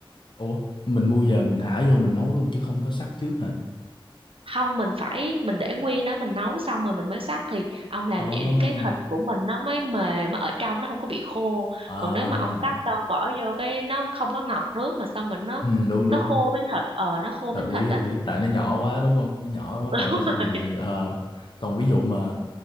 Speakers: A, on the left; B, on the right.
A: Ủa, mình mua về mình thả vô mình nấu luôn chứ không có sắc trước hả?
B: không mình phải mình để nguyên đó mình nấu xong rồi mình mới xắt thì ông làm
A: Ờ,
B: vậy thì cái thịt của mình nó mới mềm nó ở trong nó không có bị khô
A: à,
B: còn nếu mà ông xắt đâu bỏ vô cái nó không có ngọt nước mà xong mình nó
A: ừ, đúng đúng,
B: nó khô miếng thịt ờ nó khô
A: hợp
B: miếng
A: lý
B: thịt
A: hợp
B: đó
A: lý. Tại nó nhỏ quá đúng không? Nó nhỏ bắt
B: <laughs>
A: đầu nó sẽ bị. ờ. Còn ví dụ mà